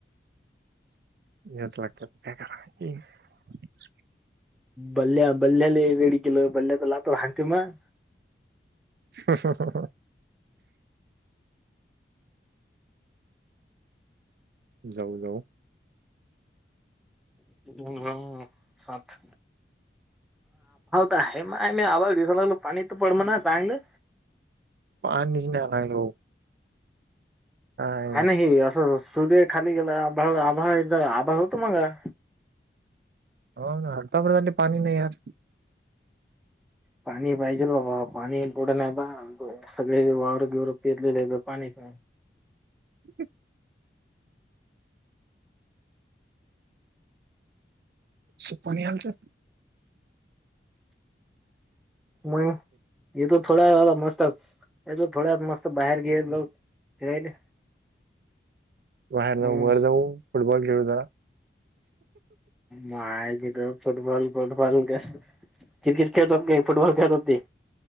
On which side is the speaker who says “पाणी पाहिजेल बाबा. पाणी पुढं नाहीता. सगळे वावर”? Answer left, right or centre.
Centre